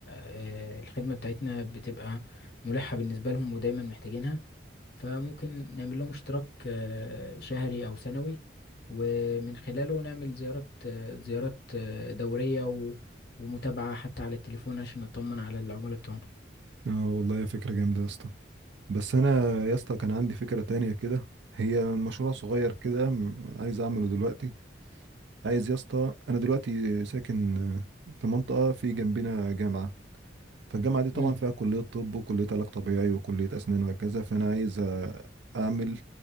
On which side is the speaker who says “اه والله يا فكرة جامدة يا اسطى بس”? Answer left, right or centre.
Right